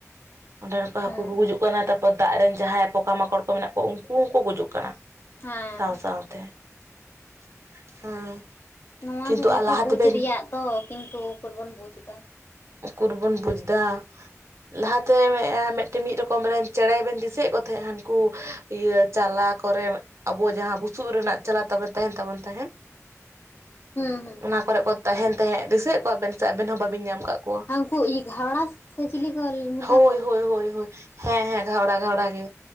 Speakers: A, on the right (about 60°); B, on the left (about 45°).
A: ᱚᱸᱰᱮᱱ ᱠᱚ ᱦᱟᱹᱠᱩ
B: ᱦᱩᱸ
A: ᱠᱚ ᱜᱩᱡᱩᱜ ᱠᱟᱱᱟ ᱛᱟᱨᱯᱚᱨ ᱫᱟᱜ ᱨᱮᱱ ᱡᱟᱦᱟᱸᱭ ᱯᱚᱠᱟ ᱢᱟᱠᱚᱲ ᱠᱚ ᱢᱮᱱᱟᱜ ᱠᱚ ᱩᱱᱠᱩ ᱦᱩᱠᱩ ᱜᱩᱡᱩᱜ ᱠᱟᱱᱟ
B: ᱦᱮᱸ
A: ᱥᱟᱶ ᱥᱟᱶ ᱛᱮ <inaudible> ᱦᱮᱸ
B: ᱱᱚᱣᱟ
A: ᱠᱤᱱᱛᱩ
B: ᱠᱚᱜᱮ
A: ᱟᱨ ᱞᱟᱦᱟ
B: ᱛᱚ ᱵᱩᱡᱽ
A: ᱛᱮᱵᱮᱱ
B: ᱨᱮᱭᱟᱜ ᱫᱚ ᱠᱤᱱᱛᱩ ᱩᱠᱩᱨᱵᱩᱱ ᱵᱩᱡᱽ ᱮᱫᱟ᱾
A: ᱩᱠᱩᱨ ᱵᱚᱱ ᱵᱩᱡᱽᱫᱟ᱾ ᱞᱟᱦᱟᱛᱮ ᱢᱮᱜᱼᱟ ᱢᱤᱫᱴᱮᱱ ᱢᱤᱫ ᱨᱚᱠᱚᱢ ᱠᱳᱞᱮ ᱪᱮᱬᱮ ᱵᱮᱱ ᱫᱤᱥᱟᱹᱭᱮᱫ ᱠᱚ ᱛᱟᱦᱮᱸᱱᱟ ᱦᱟᱱᱠᱩ ᱤᱭᱟᱹ ᱪᱟᱞᱟ ᱠᱚᱨᱮ ᱟᱵᱚ ᱡᱟᱦᱟᱸ ᱵᱩᱥᱩᱵ ᱨᱮᱱᱟᱜ ᱪᱟᱞᱟ ᱛᱟᱵᱚ ᱛᱟᱦᱮᱱ ᱛᱟᱵᱚ ᱛᱟᱦᱮᱸᱫ᱾ <inaudible>
B: ᱦᱩᱸ ᱦᱩᱸ
A: ᱚᱱᱟ ᱠᱚᱨᱮ ᱠᱚ ᱛᱟᱦᱮᱱ ᱛᱟᱦᱮᱸᱫ ᱫᱤᱥᱟᱹᱭᱮᱫ ᱠᱚᱣᱟᱵᱮᱱ ᱥᱮ ᱟᱵᱮᱱ ᱦᱚ ᱵᱟᱵᱤᱱ ᱧᱟ ᱧᱟᱢ ᱠᱟᱜ ᱠᱚᱣᱟ <inaudible>
B: ᱦᱟᱹᱱᱠᱩ ᱜᱷᱟᱣᱲᱟ ᱥᱮ ᱪᱤᱞᱤ ᱠᱚ ᱢᱮᱛᱟ
A: ᱦᱳᱭᱻᱦᱳᱭᱻᱦᱳᱭᱻᱦᱳᱭ
B: ᱠᱚ ᱛᱟᱦᱮᱸᱫ
A: ᱦᱮᱸ ᱦᱮᱸ ᱜᱷᱟᱣᱲᱟ ᱜᱷᱟᱣᱲᱟ ᱜᱮ᱾